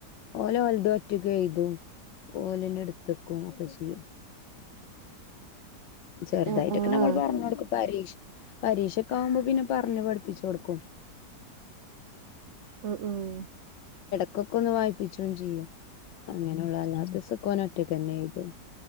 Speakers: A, on the left (about 80°); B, on the right (about 80°).
A: ഓല് ഓലത് ഒറ്റക്കെയ്‌തും. ഓലന്നെ എട് ക്കും ഒക്കെ ചെയ്യും... ചെറുതായിട്ടൊക്കെ
B: ആഹ് ആഹ്
A: നമ്മൾ പറഞ്ഞൊട്ക്കും പ രീക്ഷ പരീക്ഷക്കാവുമ്പോ പിന്നെ പറഞ്ഞ് പഠിപ്പിച്ച്കൊട്ക്കും.
B: ഉം.. ഉം...
A: ക്കൊക്കൊന്ന് വായിപ്പിച്ചും ചെയ്യും. അങ്ങനെയുള്ള അല്ലാത്തീസക്കോനൊറ്റക്കന്നെയ്തും.